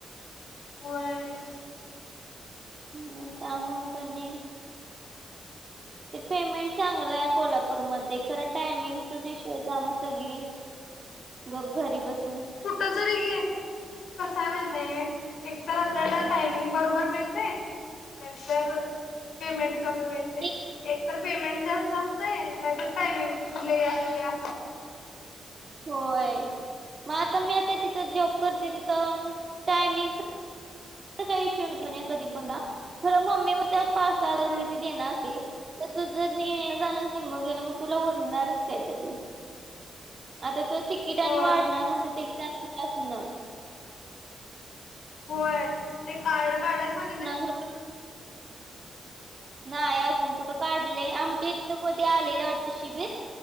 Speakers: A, on the left; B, on the right.
A: होय.
B: म् त्यामुळे कणी ते पेमेंट चांगलं आहे कोल्हापूरमध्ये. खरं टायमिंगच इशू आहे त्यामुळे सगळी गप घरी बसून
A: कुठ जरी घेतल कसाय माहित हाय एकतर आपल्याला टायमिंग बरोबर मिळत नाही तर पेमेंट कमी मिळतंय.
B: एक
A: ए क तर पेमेंट जास्त असतय नाहीतर टायमिंग ल‌ई असतया.
B: होय. मग आता मी आता जिथं जॉब करतोय तिथं टायमिंग काही इशू नाही कधी पण जा. मम्मी म्हणे त्या पाच हजार रुपये
A: हम्म
B: देनार हे तर तू येन-जाणरच निम्मा गेलं मग तुला उरणारच काय त्यातलं. आता त तिकीट आणि
A: होय.
B: वाढणार म्हणत्यात एक तारखेपासनं‌.
A: होय. ते कार्ड <unintelligible> सांगित
B: पन्नास रुप नाही, अजून कुठं काढलंय? आमच्या इथं कुठ आलेल <unintelligible> शिबिर.